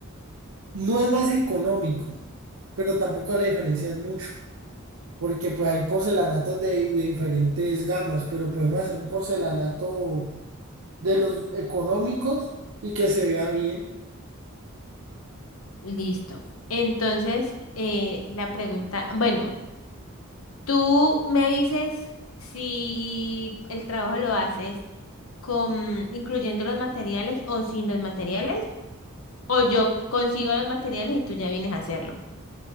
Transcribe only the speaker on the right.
No es más económico, pero tampoco la diferencia es mucho, porque pues hay porcelanatos de, de diferentes gamas, pero podemos hacer un porcelanato de los económicos y que se vea bien.